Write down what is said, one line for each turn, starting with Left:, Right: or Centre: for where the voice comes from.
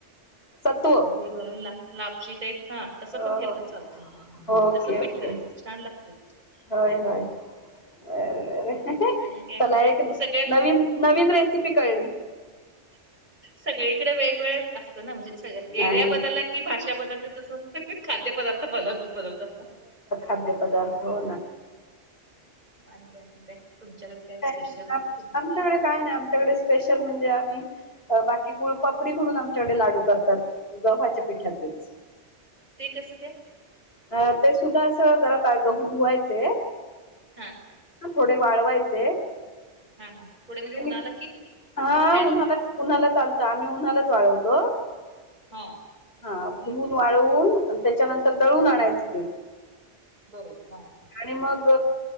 Left: सत्व
Right: गुळ घालून ला-लापशी टाईप हा
Left: अ
Right: तसं पण केलं तर चालतय मुला
Left: ओके
Right: तस पिट
Left: ओके
Right: करायचं छान लागते
Left: होय होय बर बर
Right: आणि काय म्हणताय
Left: चला एक
Right: सगळे
Left: नवीन नवीन रेसिपी कळली.
Right: सगळीकडे वेगवेगळ असत ना म्हणजे सग
Left: नाही
Right: एरिया बदलला की भाषा बदलते तस खाद्य पदार्थ बद बदलत.
Left: खाद्य पदार्थ होणार
Right: आणि काय म्हणतय तुमच्याकडे काय स्पेशल
Left: नाही
Right: तु
Left: आमच्याकडे काय नाही आमच्याकडे स्पेशल म्हणजे आम्ही बाकी गुळपापडी म्हणून आमच्याकडे लाडू करतात गव्हाच्या पिठाचेच.
Right: ते कसं काय
Left: अ ते सुद्धा असं जरा गहू धुवायचे.
Right: हा
Left: थोडे वाळवायचे
Right: हा हा थोडे म्हणजे उन्हाला
Left: मिक्स
Right: कि
Left: हा
Right: फॅनला
Left: उन्हाला उन्हाला चालत आम्ही उन्हालाच वाळवतो
Right: हा
Left: हा धुवून वाळवून त्याच्यानंतर दळून आणायचे ते.
Right: बरोबर हा.
Left: आणि मग